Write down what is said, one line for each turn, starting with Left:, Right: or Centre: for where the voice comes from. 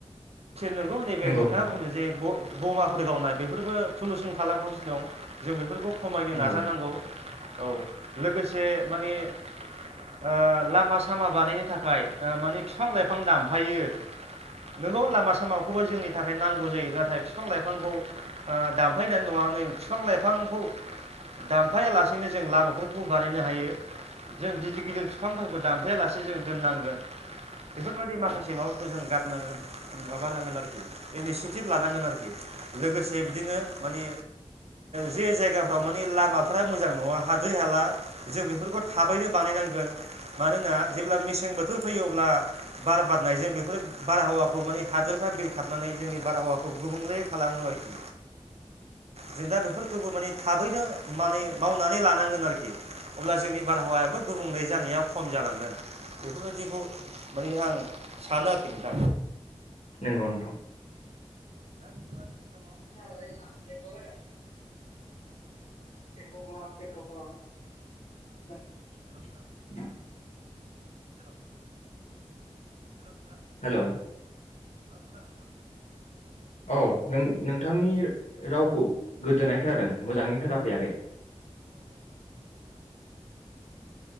Right: नोंगौ नैबे
Left: नंगौ
Right: नोंथाङा
Left: नोंथां
Right: बुंदों जे बमाफोर गावनाय बेफोरबो सलुसन खालामगासिनो दं जों बेफोरखौ खमायनो
Left: नंगौ
Right: नाजानांगौ औ लोगोसे माने ओ लामा सामा बानायनो थाखाय माने बिफां लाइफां दानफायो नंगौ लामा सामाखौबो जोंनि थाखाय नांगौ जायो नाथाय बिफां लाइफांखौ ओ दामफायनानै नङा नै बिफां लाइफांखौ दामफायालासेनो जों लामा फोरखौ बानायनो हायो जों गिदिर गिदिर बिफांफोरखौ दान खफायालासे जों दोननांगोन बेफोरबायदि माखासे माबाफोरखौ जों गारनांगोन माबानांगोन आरोखि इनिसिटिभ लानांगोन आरोखि लोगोसे बिदिनो मानि जे जायगाफ्राव मानि लामाफोरा मोजां नङा। दै हाला जों बेफोरखौ थाबैनो बानायनांगोन मानोना जेब्ला मेसें बोथोर फैयो अब्ला बार बारनायजों बेफोर बारहावा माने हादोरफ्रा बिरखाबनानै जोंनि बारहावाखौ गुबुंले खालामो आरोखि जों दा बेफोरखौबो माने थाबैनो माने मावनानै लानो। नांगोन आरोखि अब्ला जोंनि बारहावायाबो गुबुंले जानायाव खम जालांगोन बेफोरबायदिखौ माने आं सानो आरोखि नोंथां।
Left: नंगौ नोथां।
Right: दा नोंथाङा। मा
Left: <unintelligible>
Right: बुंबावनो
Left: <unintelligible>
Right: खोनादों नोंथां
Left: <unintelligible>
Right: हेल' नोंथां हेल' हेल' नोंथां
Left: हेलौ
Right: औ खोनादों नोंथां।
Left: औ नों नोंथांनि। रावखौ गोदोननाय खोनादों मोजाङै खोनाफैयाखै।